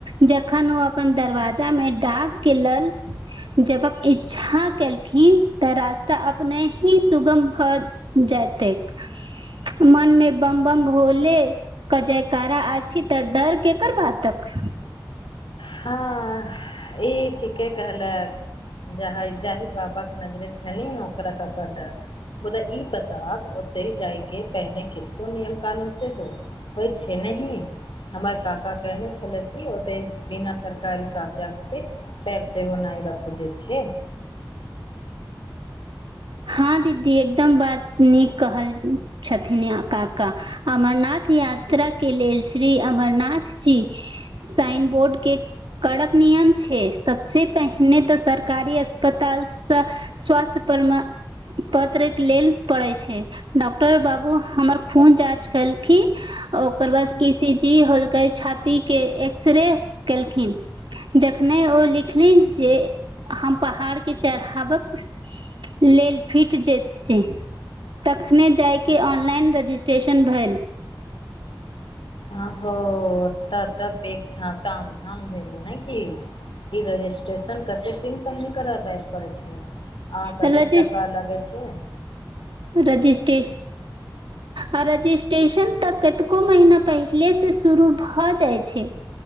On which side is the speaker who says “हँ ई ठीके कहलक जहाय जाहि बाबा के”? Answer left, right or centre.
Left